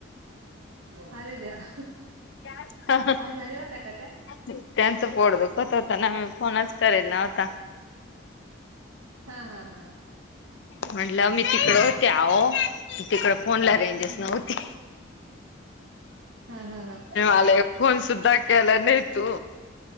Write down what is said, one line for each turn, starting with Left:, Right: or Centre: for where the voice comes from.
Right: अरे देवा.
Left: <unintelligible> हा हा
Right: आजारी होत्या का त्या
Left: त्यांचं पोट दुखत होतं ना मी फोनच करेल नव्हता.
Right: हा हा हा
Left: म्हणलं मी तिकडं होते आहो. तिकड फोन ला रेंजस
Right: हम्म
Left: नव्हती.
Right: हम्म हा हा हा
Left: आलाय फोन सुद्धा केला नाय तू.